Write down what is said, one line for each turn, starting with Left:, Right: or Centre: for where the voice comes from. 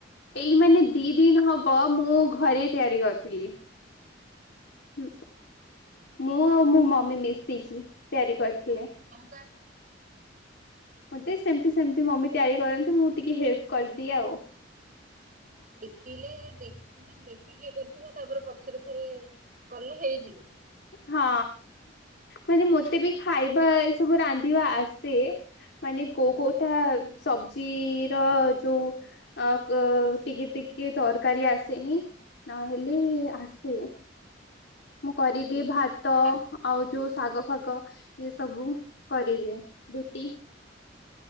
Left: ଏଇ ମାନେ ଦି ଦିନି ହବ ମୁଁ ଘରେ ତିଆରି କରିଥିଲି। ହୁ ମୁଁ ଆଉ ମୋ ମମି ମିଶେଇକି ତିଆରି କରିଥିଲେ
Right: ତମକୁ ଆସି
Left: ମତେ ସେମିତି ସେମିତି ମମି ତିଆରି କରନ୍ତି ମୁଁ ଟିକେ ହେଲ୍ପ କରିଦିଏ ଆଉ।
Right: ଦେଖିଲେ ଦେଖ ମାନେ ଦେଖିକିି କିଏ କରିଥିବ ତାପରେ ପଛରେ ଫେରେ କଲେ ହେଇଯିବ।
Left: ହଁ ମାନେ ମତେ ବି ଖାଇବା ସବୁ ରାନ୍ଧିବା ଆସେ। ମାନେ କୋଉ କୋଉଟା ସବଜି ର ଯୋଉ ଅ ଟିକେ ଟିକେ ତରକାରୀ ଆସନି ନ ହେଲେ ଆସେ। ମୁଁ କରିଦିଏ ଭାତ
Right: ଆ
Left: ଆଉ ଯୋଉ ଶାଗ ଫାଗ ଇଏ ସବୁ କରିଦିଏ ରୁଟି